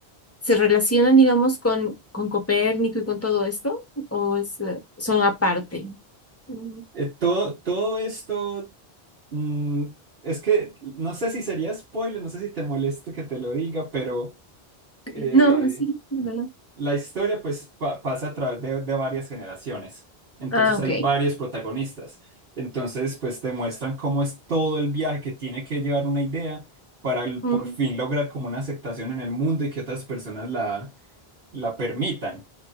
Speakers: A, on the left; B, on the right.
A: ¿Se relacionan, digamos, con, con Copérnico y con todo esto? ¿O es, eh, son aparte? Mm,
B: eh, todo, todo esto mm, es que no sé si sería spoiler, no sé si te moleste que te lo diga, pero...
A: ok.
B: eh,
A: No, sí, de verdad.
B: La historia pues pa- pasa a través de, de varias generaciones, entonces
A: Ah, ok.
B: hay varios protagonistas, entonces pues te muestran cómo es todo el viaje que tiene que llevar una idea para el-
A: Mm,
B: por fin lograr como una aceptación en el mundo y que otras personas la, la permitan